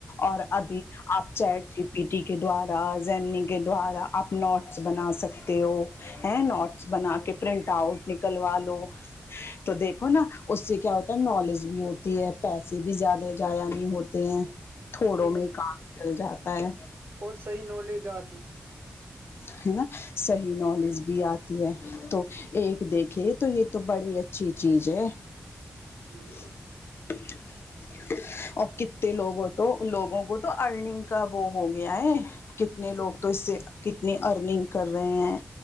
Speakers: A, on the left; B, on the right.
A: اور
B: جی
A: ابھی آپ چیٹ س پی ٹی کے دوارا زمنی کے دوارا آپ نوٹ بنا سکتے ہو ہے نوٹس بنا کے پرنٹ آؤٹ نکلوا لو تو دیکھو نا اس سے کیا ہوتا ہے نالج بھی ہوتی ہے پیسے بھی زیادہ جضایا نہیں ہوتے ہیں تھوڑوں
B: جی
A: میں کام جل جاتا ہے
B: اور صح نالج آ
A: ہے نا صحیح نالج بھی آتی ہے تو ایک دیکھے تو یہ تو بڑی اچھی چیز ہے
B: جی <unintelligible>
A: <inaudible> اور کتنے لوگوں تو لوگوں کو تو ارننگ کا وہ ہو گیا ہے کتنے لوگ تو اس سے کتنی ارننگ کر رہے ہیں